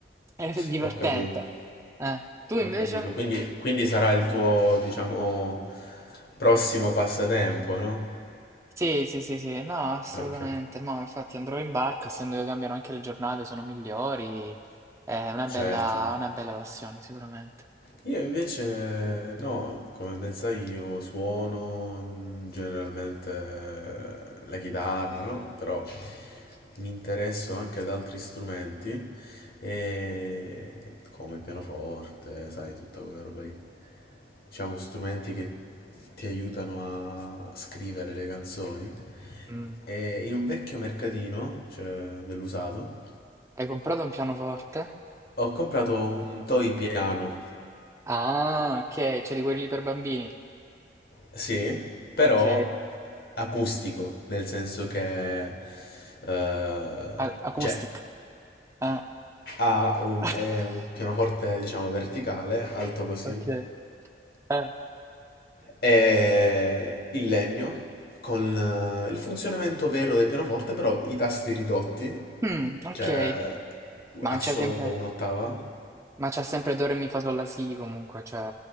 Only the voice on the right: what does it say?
È divertente.
Eh, Tu invece?
Sì, sì, sì, sì, no, assolutamente.
Mo, infatti andrò in barca, essendo che cambiano anche le giornate, sono migliori. È una
bella, una bella passione, sicuramente.
Mm.
Hai comprato un pianoforte?
Ah, ok, c'è di quelli lì per bambini.
Ok.
A- acoustic.
Ah.
<laughs>
Ok. Ah.
Mm, ok,
ma
c'è
sempre,
ma c'è sempre Do, Re, Mi, Fa, Sol, La, Si comunque, cioè